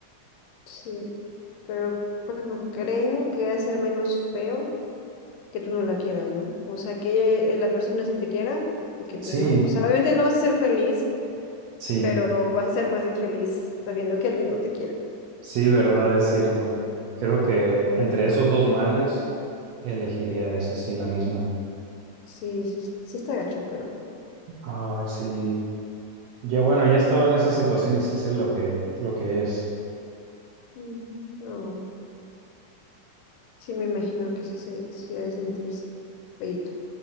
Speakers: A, on the left; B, on the right.
A: Sí, pero bueno, creo que ha de ser menos feo que tú no la quieras, ¿no? O sea, que ella- eh, la persona sí te quiera y que tú
B: Sí.
A: no. O sea, obviamente no vas a ser feliz,
B: Sí,
A: pero vas a ser más infeliz sabiendo que alguien no te quiere.
B: sí, verdad, es cierto. Creo que entre esos dos males elegiría esa, sí, la misma.
A: Sí, sí, sí está gacho, pero...
B: Ay, sí. Ya bueno, ya he estado en esa situación y sí sé lo que, lo que es.
A: Ujú. No. Sí, me imagino que sí, se, sí ha de sentirse feíto.